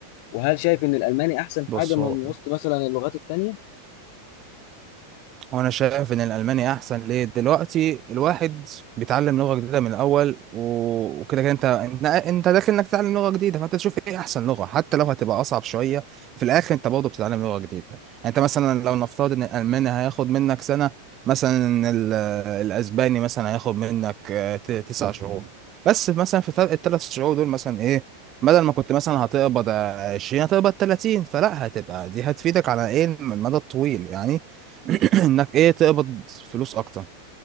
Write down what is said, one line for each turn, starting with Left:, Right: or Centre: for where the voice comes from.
Left: وهل شايف إن الألماني أحسن
Right: بص
Left: حاجة من
Right: هو
Left: وسط مثلا اللغات التانية؟
Right: وانا شايف ان الالماني احسن ليه دلوقتي الواحد بيتعلم لغه جديده من الاول و- وكده كده انت انت انت داخل انك تتعلم لغه جديده فانت تشوف ايه احسن لغه حتى لو هتبقى اصعب شويه في الاخر انت برضه بتتعلم لغه جديده يعني انت مثلا لو نفترض ان الالماني هياخد منك سنه مثلا ال- الاسباني مثلا هياخد منك آه، ت- تسع شهور بس مثلا في فرق الثلاث شهور دول مثلا ايه بدل ما كنت مثلا هتقبض 20 هتقبض 30 فلا هتبقى دي هتفيدك على ايه المدى الطويل يعني <clears throat> انك ايه تقبض فلوس اكتر